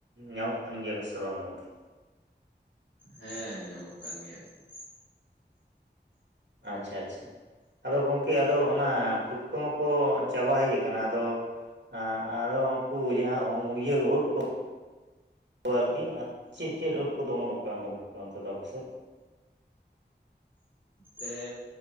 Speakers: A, on the right (about 80°); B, on the left (about 75°).
A: ᱧᱟᱢᱚᱜ ᱠᱟᱱ ᱜᱮᱭᱟ ᱥᱮ ᱵᱟᱝ ᱜᱚᱝᱠᱮ?
B: ᱦᱮᱸ ᱧᱟᱢᱚᱜ ᱠᱟᱱ ᱜᱮᱭᱟ ᱠᱚ ᱾
A: ᱟᱪᱪᱷᱟ ᱟᱪᱪᱷᱟ ᱾ ᱟᱫᱚ ᱜᱚᱝᱠᱮ ᱟᱫᱚ ᱚᱱᱟ ᱯᱩᱴᱠᱟᱹ ᱢᱟᱠᱚ ᱪᱟᱵᱟ ᱦᱮᱡ ᱟᱠᱟᱱᱟ ᱟᱫᱚ ᱟ ᱟᱫᱚ ᱩᱱᱠᱩ ᱡᱟᱦᱟᱸ ᱤᱭᱟᱹ ᱩᱫ ᱠᱚ ᱫᱚ ᱟᱨᱠᱤ ᱪᱮᱫ ᱪᱮᱫ ᱩᱫ ᱠᱚᱫᱚ ᱚᱢᱚᱱᱚᱜ ᱠᱟᱱᱟ ᱜᱚᱝᱠᱮ ᱚᱱᱛᱮ ᱫᱚ ᱟᱯᱟᱥᱮᱡ?
B: ᱛᱮ